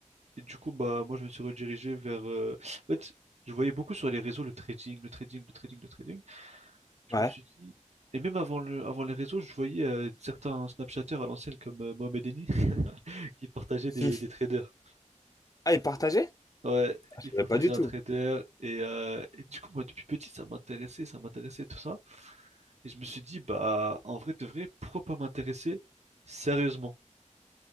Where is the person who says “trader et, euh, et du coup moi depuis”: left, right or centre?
Right